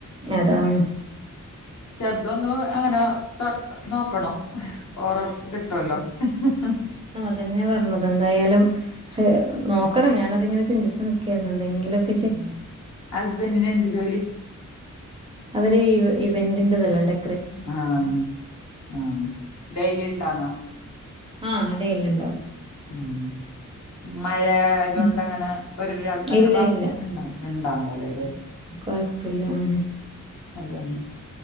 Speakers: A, on the right (about 20°); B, on the left (about 60°).
A: അതാന്ന്
B: ന്ഹ ചെറുതൊന്ന് അങ്ങനെ തെ നോക്കണോ ഓറോർക്ക് കിട്ടോല്ലോ ഹ് ഹ്
A: അതന്നെ പറഞ്ഞത് ന്തായാലും ചെ നോക്കണം ഞാനതിങ്ങനെ ചിന്തിച്ചു നിക്കെന്നു എന്ധെങ്കിലൊക്കെ
B: ഉം ഹസ്ബെന്റിന്നെന്ത് ജോലി?
A: അവര് ഇവ ഇവന്റിന്റെതല്ലാണ്ടേ
B: ആഹ് ആഹ് ഡെലിണ്ടന്നോ
A: ആഹ് ഡെയ്‌ലിണ്ടാവും
B: ഉം മഴായതൊണ്ടങ്ങനെ
A: ഇല്ല
B: ഒരരാൾക്ക് അങ്ങനെ
A: ഇല്ല
B: വർക്ക്ണ്ടാവും
A: ഇല്ല
B: ഇണ്ടാന്നല്ലേത്
A: കൊയപ്പില്ല ഉം
B: അതന്നെ